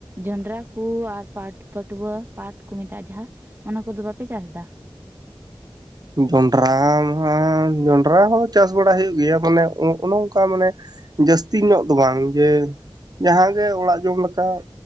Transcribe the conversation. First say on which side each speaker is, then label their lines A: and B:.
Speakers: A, on the right; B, on the right.
A: ᱡᱚᱱᱰᱨᱟ ᱠᱩ ᱟᱨ ᱯᱟᱴ ᱯᱟᱹᱴᱣᱟᱹ ᱯᱟᱴ ᱠᱩ ᱢᱮᱛᱟᱜᱼᱟ ᱡᱟᱦᱟᱸ ᱚᱱᱟ ᱠᱚᱫᱚ ᱵᱟᱯᱮ ᱪᱟᱥ ᱫᱟ
B: ᱡᱚᱱᱰᱨᱟ ᱢᱟ ᱡᱚᱱᱰᱨᱟ ᱦᱚᱸ ᱪᱟᱥ ᱵᱟᱲᱟ ᱦᱩᱭᱩᱜ ᱜᱮᱭᱟ ᱢᱟᱱᱮ ᱚᱱᱮ ᱚᱝᱠᱟ ᱢᱟᱱᱮ ᱡᱟᱹᱥᱛᱤ ᱧᱚᱜ ᱫᱚ ᱵᱟᱝ ᱡᱮ ᱡᱟᱦᱟᱸᱜᱮ ᱚᱲᱟᱜ ᱡᱚᱢ ᱞᱮᱠᱟ